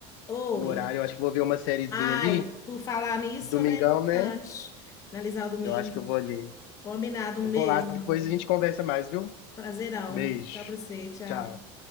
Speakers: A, on the left; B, on the left.
A: Oi.
B: o horário. Eu acho que eu vou ver uma sériezinha
A: Ai,
B: ali.
A: por falar nisso,
B: Domingão,
A: né? é Importante.
B: né?
A: Finalizar o domingo.
B: Eu acho que eu vou ali.
A: Combinado, um
B: Eu
A: beijo,
B: vou lá, depois
A: meu amor.
B: a gente conversa mais, viu?
A: Prazerão.
B: Beijo.
A: Tchau pra você, tchau.
B: Tchau.